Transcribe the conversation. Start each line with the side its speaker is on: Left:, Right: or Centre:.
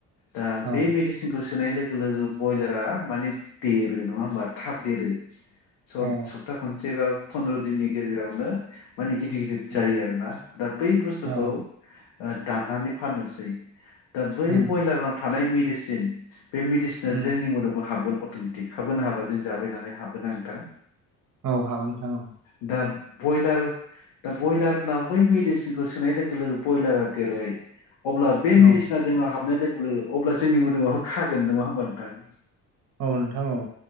Left: दा
Right: औ
Left: बे मेदिसिनखौ सो सोनाय लोगो लोगो बयलारा माने देरो नङा होमबा थाब देरो स
Right: औ
Left: सप्ता खनसे बा फन्द्र दिननि गेजेरावनो माने गिदिर गिदिर
Right: उम
Left: जायो आरो ना दा बै बुस्थुखौ
Right: औ
Left: दाननानै फाननोसै दा बै
Right: उम
Left: बयलाराव थानाय मेडिसिन बे मेडिसिना
Right: उम
Left: जोंनि मोदोमाव हाबगोन अटमेटिक हाबगोनना हाबा जों जाबाय नालाय हाबोना नोंथां
Right: औ हाबो नोंथां औ
Left: दा बयलार दा बयलारनाव बै मेडिसिनखौ सोनाय लोगो लोगो बयलारा देरबाय अब्ला बे मेडिसिना
Right: औ
Left: जोंनाव हाबनाय लोगो लोगो अब्ला जोंनि मोदोमाबो खागोन नङा होमबा नोंथां
Right: औ नोंथां औ